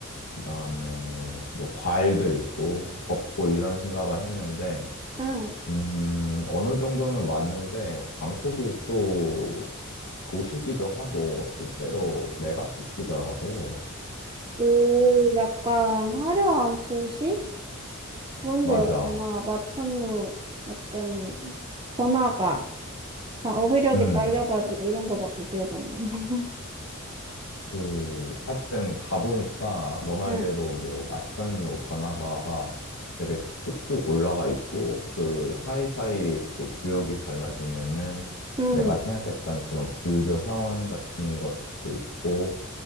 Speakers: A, on the left; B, on the right.
A: 그 다음에 뭐 과일들 있고, 덥고 이런 생각을 했는데,
B: 응.
A: 음, 어느 정도는 맞는데, 방콕이 또 도시기도 하고, 실제로 메가시티더라고.
B: 오, 약간 화려한 도시? 그런
A: 맞아.
B: 데였구나. 마천루, 약간 번화가. 나 어휘력이
A: 음,
B: 딸려가지고 이런 거밖에 기억 안 나. <laughs>
A: 그, 하여튼 가보니까 너 말대로
B: 응.
A: 뭐, 마천루, 번화가가 되게 쭉쭉 올라가 있고, 그 사이사이 또 구역이 달라지면은,
B: 응.
A: 내가 생각했던 그런 불교 사원 같은 것도 있고,